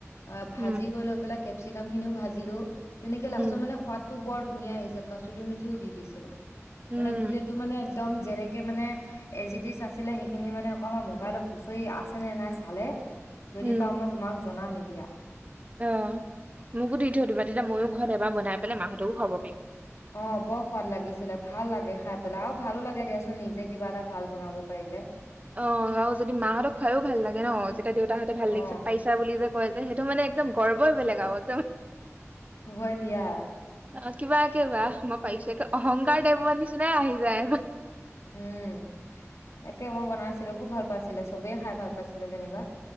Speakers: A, on the left; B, on the right.
A: অ ভাজি
B: উম
A: কৰি লৈ পেলাই কেপচিকামখিনিও ভাজিলো তেনেকে লাষ্টৰ
B: উম
A: মানে সোৱখদাটো <unintelligible> বৰ ধুনীয়া হৈছে কচুৰি মেথিও দি দিছিলো।
B: উম
A: মানে গোটেইটো মানে একদম যেনেকে মানে এজইতিচ আছিলে সেইখিনি মানে অকমান মোবাইলত খুচৰি আছে নে নাই চালে <unintelligible> যদি
B: উম
A: পাওঁ মই তোমাক জনামেই দিয়া। <unintelligible>
B: অ মোকো দি থৈ দি'বা তেতিয়া ময়ো মত এব বনাই পেলাই মাহতকো খব পিম <unintelligible> <unintelligible>
A: অ বৰ সোৱাদ লাগিছিলে ভাল লাগে খাই পেলাই আৰু ভালো লাগে দিয়াচোন নিজে কিবা এটা ভাল বনাব পাৰিলে।
B: অ আৰু যদি মাহঁতক খুৱাইও ভাল লাগে ন যেতিয়া দেউতাহঁতে ভাল
A: অ
B: লাগিছে পাইছা বুলি যে কয় যে সেইটো মানে একদম গৰ্বই বেলেগ আৰু একদম
A: হয় দিয়া,
B: অ কিবা একিবা মই পাইছো একে অহংকাৰ টাইপৰ নিচিনা আহি যায়
A: উম তাকে মই বনাইছিলো খুব ভাল পাইছিলে চবেই খাই ভাল পাইছিলে যেনিবা